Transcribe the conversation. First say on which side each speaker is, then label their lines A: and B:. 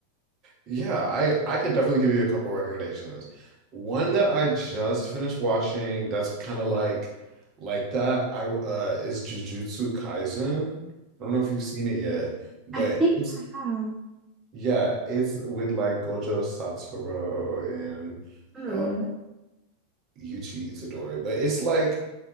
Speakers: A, on the right; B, on the right.
A: Yeah, I I could definitely give you a couple recommendations. One that I just finished watching that's kind of like like that I uh is Jujutsu Kaisen. I don't know if you've seen it yet, but
B: I think
A: it's
B: I have.
A: yeah, it's with like Gojo Satoru and
B: Hmm.
A: uh Yuji Itadori. But it's like